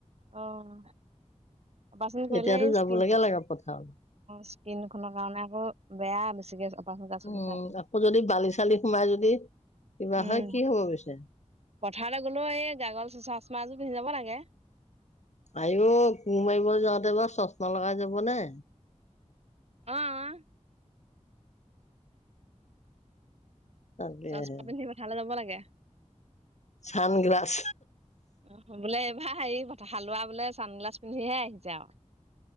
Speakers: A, on the right; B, on the left.
A: অঁ অপাৰেচন কৰিলে
B: এতিয়াতো
A: এই
B: যাবলৈকে
A: স
B: লাগে পথাৰলৈ
A: স্কিনখনৰ কাৰণে আকৌ বেয়া বেছিকে থ
B: উম আকৌ যদি বালি চালি সোমাই যদি কিবা
A: উম
B: হয় কি হব পিছে
A: পথাৰলৈ গলেও এই গাগল চচমা এযোৰ পিন্ধি যাব লাগে। তে
B: আঁইঅ কু মাৰিব যাওঁতেবাৰ চশমা লগাই যাব নে
A: অঅঁ
B: তাকেহে
A: চচমা পিন্ধি পথাৰলৈ যাব লাগে উ
B: চানগ্লাছ
A: অ বোলে হেৰি হালোৱা বোলে চানগিলা পিন্ধিহে আহি যাওঁ